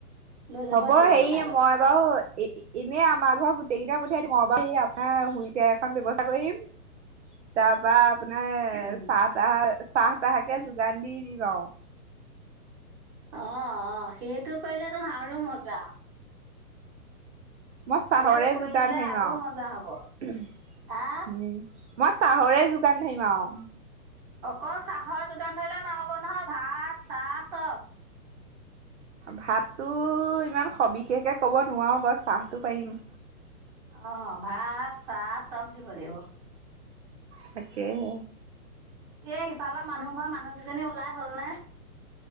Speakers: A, on the right (about 20°); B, on the right (about 50°).
A: লৈ যাব
B: হ'ব
A: লাগিব
B: হেৰি
A: উঠাই পেলাই।
B: মই বাৰু এ এনেই আমাৰ ঘৰত গোটেই কেইটা পঠিয়াই দিম মই বাৰু বাকী আপোনাৰ হুইলচেয়াৰ এখন ব্যৱস্থা কৰি দিম। তাৰপৰা আপোনাৰ
A: উম,
B: চাহ তাহ, চাহ তাহকে যোগান দি দিম আৰু।
A: অ অ অ, সেইটো কৰিলে তো আৰু মজা।
B: মই চাহৰে
A: সেইটো কৰি
B: যোগান
A: দিলে
B: ধৰিম
A: আৰু
B: আৰু,
A: মজা হ'ব। হা
B: উম। মই চাহৰে যোগান ধৰিম আৰু।
A: অকল চাহৰ যোগান ধৰিলে নহ'ব নহয়, ভাত চাহ চব।
B: ভাততো ইমান সবিশেষকে ক'ব নোৱাৰো বাৰু, চাহটো পাৰিম।
A: অ ভাত চাহ চব দিব লাগিব।
B: তাকেহে।
A: এই ইফালৰ মানুহ ঘৰৰ মানুহ কেইজনী ওলাই হ'ল নে?